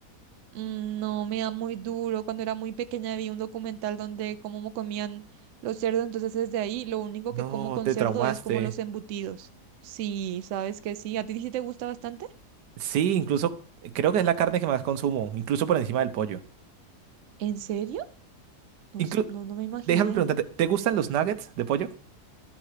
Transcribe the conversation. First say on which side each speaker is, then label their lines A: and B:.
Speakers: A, on the right; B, on the right.
A: Mm, No, me da muy duro. Cuando era muy pequeña vi un documental donde cómo mo- comían los cerdos, entonces desde ahí lo único
B: No,
A: que como con
B: te
A: cerdo
B: traumaste.
A: es como los embutidos. Sí, sabes que sí. ¿A ti sí te gusta bastante?
B: Sí, incluso eh, creo que es la carne que más consumo, incluso por encima del pollo.
A: ¿En serio? No,
B: Inclu-
A: s- no, no me imaginé.
B: Déjame preguntarte, ¿te gustan los nuggets de pollo?